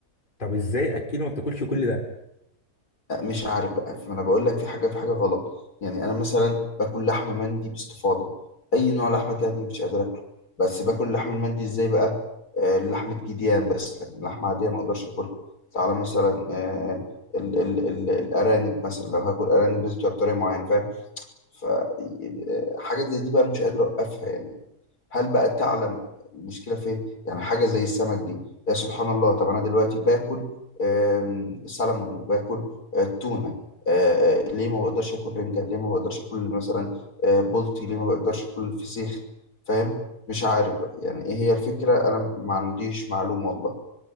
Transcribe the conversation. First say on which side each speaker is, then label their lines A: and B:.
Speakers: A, on the left; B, on the left.
A: طب ازاي اكيد ما بتاكلش كل ده
B: مش عارف بقى ما انا بقول لك في حاجه في حاجه غلط يعني انا مثلا باكل لحمه مندي باستفاضه اي نوع لحمه تاني مش قادر اكله بس باكل لحم المندي ازاي بقى آه، لحمه جديان بس لكن لحمه عاديه ما اقدرش اكلها تعالى مثلا آه، ال ال ال الارانب مثلا لو هاكل ارانب بس بتبقى بطريقه معينه فاهم ف آه، حاجات زي دي بقى أنا مش قادر اوقفها يعني هل بقى تعلم المشكلة فين؟ يعني حاجة زي السمك دي يا سبحان الله طب أنا دلوقتي باكل آم، سلمون وباكل آه، تونة آه، آه، ليه ما بقدرش آكل رنجة؟ ليه ما بقدرش آكل مثلا آه، بولتي؟ ليه ما بقدرش آكل فسيخ؟ فاهم؟ مش عارف بقى يعني إيه هي الفكرة أنا ما عنديش معلومة والله